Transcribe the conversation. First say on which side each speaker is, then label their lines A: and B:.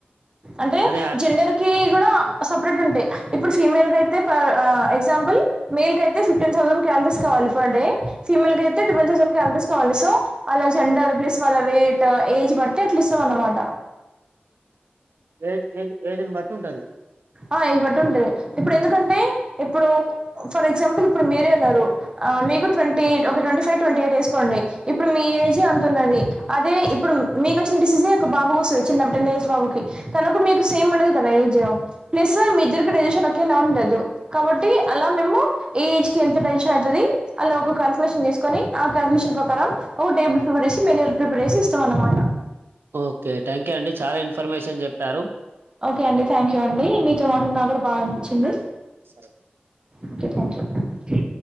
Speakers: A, on the right; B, on the right.
A: అంటే
B: అదే
A: జెండర్ కీ కూడా అస్ సపరేట్ ఉంటయి. ఇప్పుడు ఫీమేల్ కయితే పర్ ఆ ఎగ్జాంపుల్, మేల్ కయితే ఫిఫ్టీన్ థౌసండ్ క్యాలరీస్ కావాలి పర్ డే ఫీమేల్ కయితే టువెల్ థౌసండ్ కాలరీస్ కావాలి. సో, అలా జెండర్ ప్లస్ వాళ్ళ వెయిట, ఏజ్ బట్టీ అట్లా ఇస్తాం అన్నమాట.
B: ఏజ్ ఏజ్ ఏజ్ని బట్టి ఉంటది.
A: ఆ ఏజ్ బట్టి ఉంటది. ఇప్పుడు ఎందుకంటే ఇప్పుడూ ఫర్ ఎగ్జాంపుల్ ఇప్పుడు మీరే అన్నారు. ఆ మీకు ట్వంటీ ఒక ట్వంటీ ఫై, ట్వంటీ ఎయిట్ ఏసుకోండి. ఇప్పుడు మీ ఏజ్ జ అతున్నది. అదే ఇప్పుడు మీకు వచ్చిన డిసీజ్ ఏ ఒక బాబుకు వస్తది చిన్న టెన్ ఇయర్స్ బాబుకి. తనకు మీకు ఉండదు కదా ఏజూ. ప్లస్సూ మీఇద్దరికీ డైజెషన్ ఒకేలా ఉండదు. కాబట్టీ అలా మేము ఏ ఏజ్ కీ ఎంత డైజెషన్ అయితదీ అలా ఒకొక <unintelligible> కని ఆ కండీషన్ ప్రకారం ఒక టేబుల్ ప్రిపేర్ చేసి మెనూ ప్రిపేర్ చేసి ఇస్తాం అన్నమాట
B: ఓకే థ్యాంక్ యూ అండి చాలా ఇన్ఫర్మేషన్ జెప్ టారు
A: ఓకే అండి థ్యాంక్ యూ అండీ. మీతో మాట <inaudible> నాకు కూడ బాగా అనిపించింది.
B: సరే
A: ఓకే థ్యాంక్ యూ.